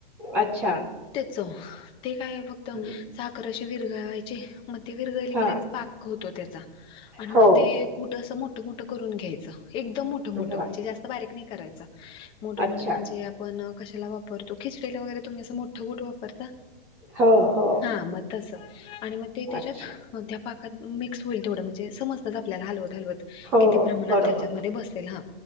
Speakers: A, in the centre; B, on the left.
A: अच्छा
B: त्याच ते काय फक्त
A: हम्म,
B: साखर अशी विरगवायचे मग ते विरगळले
A: हा
B: के पाक त्याचा आणि
A: हो
B: मग ते कुठ अस मोठ मोठं करून घ्यायच एकदम मोठ मोठं
A: बर
B: म्हणजे जास्त बारीक नाही करायच मोठ, मोठं
A: अच्छा
B: म्हणजे आपण कशाला वापरतो खिचडीला वगैरे तुम्ही असं मोठं कुठ वापरता
A: हो हो
B: हा मग तसं आणि मग ते त्याच्यात
A: अच्छा
B: त्या पाकात मिक्स होईल तेवढं म्हणजे समज आपल्याला हलवत, हलवत
A: हो
B: किती प्रमाणात
A: बरोबर
B: त्याच्यामध्ये बसेल हा